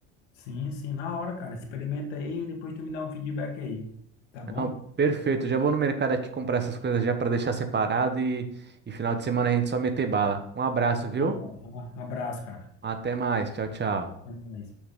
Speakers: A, on the left; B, on the right.
A: Sim, sim, na hora, cara. Experimenta aí e depois tu me dá um feedback aí. Tá bom?
B: Não, perfeito. Já vou no mercado aqui comprar essas coisas já pra deixar separado e, e final de semana a gente só meter bala. Um abraço,
A: Da
B: viu?
A: hora. um Abraço, cara.
B: Até mais. Tchau, tchau.
A: Até mais.